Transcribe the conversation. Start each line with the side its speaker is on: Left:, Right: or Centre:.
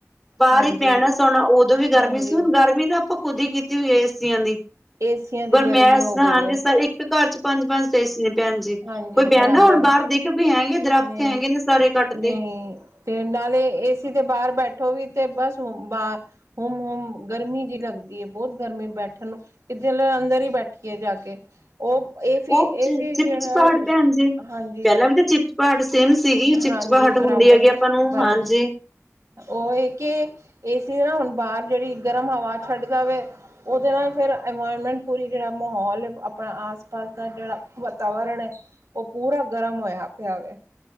Centre: ਬਾਹਰ
Right: ਹਾਂਜੀ
Centre: ਹੀ ਪੈਣਾ ਸੌਣਾ ਉਦੋਂ ਵੀ ਗਰਮੀ
Right: ਹਾਂਜੀ
Centre: ਸੀ ਹੁਣ ਗਰਮੀ ਨਾ ਆਪਾਂ ਖੁਦ ਹੀ ਕੀਤੀ ਹੋਈ ਹੈ ਏ ਸੀ ਆਂ ਦੀ
Right: ਏਸੀਆਂ ਦੀ
Centre: ਗਰਮਾਇਸ਼
Right: ਗਰਮੀ ਹੋ
Centre: ਹਾਂਜੀ
Right: ਗਈ ਹੈ
Centre: ਸ ਇੱਕ ਘਰ ਚ ਪੰਜ ਪੰਜ ਤੇ ਏ ਸੀ ਨੇ ਭੈਣ ਜੀ
Right: ਹਾਂਜੀ
Centre: ਕੋਈ
Right: ਬਰਾਬਰ
Centre: ਬਹਿੰਦਾ ਹੁਣ
Right: ਏ
Centre: ਬਾਹਰ ਦੇਖਿਓ ਕੋਈ ਹੈਂਗੇ ਦਰੱਖਤ
Right: ਨਹੀਂ
Centre: ਹੈਗੇ ਨੇ, ਸਾਰੇ ਕੱਟਤੇ
Right: ਨਹੀਂ ਤੇ ਨਾਲੇ ਏਸੀ ਦੇ ਬਾਹਰ ਬੈਠੋ ਵੀ ਤੇ ਬਸ ਹੁਮ ਹੁਮ ਗਰਮੀ ਜਿਹੀ ਲੱਗਦੀ ਹੈ ਬਹੁਤ ਗਰਮੀ ਬੈਠਣ ਨੂੰ ਕਿ ਚਲੋ ਅੰਦਰ ਹੀ ਬੈਠੀਏ ਜਾ ਕੇ ਉਹ ਏਸੀ
Centre: ਉਹ
Right: ਏਸੀ ਜਿਹੜਾ
Centre: ਚਿਪ ਚਪਾਹਟ ਭੈਣ ਜੀ,
Right: ਹਾਂਜੀ
Centre: ਪਹਿਲਾਂ ਵੀ ਤਾਂ ਚਿਪਚਪਾਹਟ ਸੇਮ ਸੀਗੀ ਚਿਪਚਪਾਹਟ
Right: ਹਾਂਜੀ ਬਰਾਬਰ
Centre: ਹੁੰਦੀ ਹੈਗੀ ਆਪਾਂ ਨੂੰ
Right: ਬਰ
Centre: ਹਾਂਜੀ
Right: ਉਹ ਇਹ ਕਿ ਏਸੀ ਨਾ ਹੁਣ ਬਾਹਰ ਜਿਹੜੀ ਗਰਮ ਹਵਾ ਛੱਡ ਦਾ ਵੇ ਉਹਦੇ ਨਾਲ ਫਿਰ ਇਨਵਾਇਰਮੈਂਟ ਪੂਰੀ ਤਰਾਂ ਮਾਹੌਲ ਹੈ ਆਪਣਾ ਆਸ ਪਾਸ ਦਾ ਜਿਹੜਾ ਵਾਤਾਵਰਣ ਹੈ ਉਹ ਪੂਰਾ ਗਰਮ ਹੋਇਆ ਪਯਾ ਵੈ।